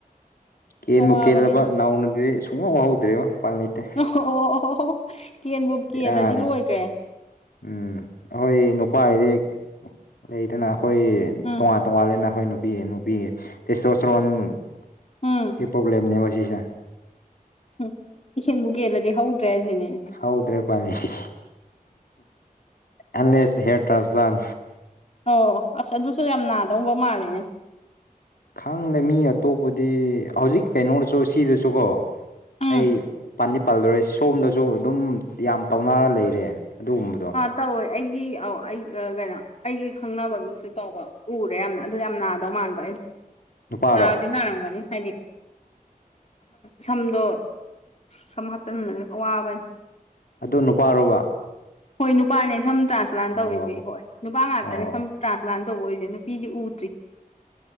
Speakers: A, on the left (about 80°); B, on the left (about 45°).
A: ꯀꯦꯟꯕꯨꯨ
B: ꯑꯋꯥꯕꯅꯤꯗ
A: ꯀꯦꯜꯂꯕ ꯅꯥꯎꯅꯗꯤ ꯁꯨꯡ ꯍꯧ ꯍꯧꯗ꯭ꯔꯦꯉꯣ ꯎꯄꯥꯟ ꯂꯩꯇꯦ
B: ꯑꯣ ꯑꯣ ꯑꯣ ꯀꯦꯟꯕꯨ ꯀꯦꯜꯂꯗꯤ
A: ꯕꯦꯔꯥꯅꯦ
B: ꯂꯣꯏꯒ꯭ꯔꯦ
A: ꯎꯝ ꯑꯩꯈꯣꯏ ꯅꯨꯄꯥꯢꯗꯤ ꯂꯩꯗꯅ ꯑꯩꯈꯣꯏ
B: ꯎꯝ
A: ꯇꯣꯉꯥꯟ ꯇꯣꯉꯜ ꯂꯩꯅ ꯑꯩꯈꯣꯏ ꯅꯨꯄꯤ ꯅꯨꯄꯤ ꯇꯦꯁꯇꯣꯁꯇꯦꯔꯣꯟꯒꯤ
B: ꯎꯝ
A: ꯄ꯭ꯔꯣꯕ꯭ꯂꯦꯝꯅꯦꯕ ꯁꯤꯁꯦ
B: ꯎꯝ ꯏꯁꯤꯟ ꯀꯦꯜꯂꯗꯤ ꯍꯧꯗ꯭ꯔꯦ ꯍꯥꯏꯖꯤꯅꯤꯅꯦ
A: ꯍꯥꯎꯗ꯭ꯔꯦ ꯎꯄꯥꯢ ꯂꯩꯇꯦ unless the hair transplant
B: ꯑꯣ ꯑꯁ ꯑꯗꯨꯁꯨ ꯌꯥꯝ ꯅꯥꯗꯧꯕ ꯃꯥꯜꯂꯦꯅꯦ
A: ꯈꯪꯗꯦ ꯃꯤ ꯑꯇꯣꯞꯄꯗꯤ ꯍꯧꯖꯤꯛ ꯀꯩꯅꯣꯗꯁꯨ ꯁꯤꯖꯁꯨꯀꯣ
B: ꯎꯝ
A: ꯑꯩ ꯄꯟꯗꯤ ꯄꯜꯂꯔꯣꯏ ꯁꯣꯝꯗꯁꯨ ꯑꯗꯨꯝ ꯌꯥꯝ ꯇꯧꯅꯔ ꯂꯩꯔꯦ ꯑꯗꯨꯒꯨꯝꯕ
B: <unintelligible> ꯇꯧꯋꯦ ꯑꯩꯒꯤ ꯑꯧ ꯑꯩ ꯀꯩꯅꯣ ꯑꯩꯒꯤ ꯈꯪꯅꯕ ꯃꯤꯡꯁꯨ ꯇꯧꯕ ꯎꯔꯦ ꯌꯥꯝꯅ ꯑꯗꯨ ꯌꯥꯝ ꯅꯥꯗꯧ ꯃꯥꯥꯟ ꯕ
A: ꯅꯨꯄꯥꯔꯣ
B: ꯅꯥꯗꯤ ꯅꯥꯔꯝꯒꯅꯤ ꯍꯥꯏꯗꯤ ꯁꯝꯗꯣ ꯁꯝ ꯍꯥꯆꯟꯕꯅꯤꯅ ꯑꯋꯥꯕꯅꯤ
A: ꯑꯗꯨ ꯅꯨꯄꯥꯔꯣꯕ
B: ꯍꯣꯏ ꯅꯨꯄꯥꯅꯦ ꯁꯝ ꯇ꯭ꯔꯥꯟꯁꯄ꯭ꯂꯥꯟ ꯇꯧꯋꯤꯖꯦ
A: ꯑꯣ
B: ꯍꯣꯏ ꯅꯨꯄꯥ ꯉꯥꯛꯇꯅꯦ
A: ꯑꯣ
B: ꯁꯝ ꯇ꯭ꯔꯥꯟꯁꯄ꯭ꯂꯥꯟ ꯇꯧꯕ ꯎꯢꯖ ꯅꯨꯄꯤꯗꯤ ꯎꯗ꯭ꯔꯤ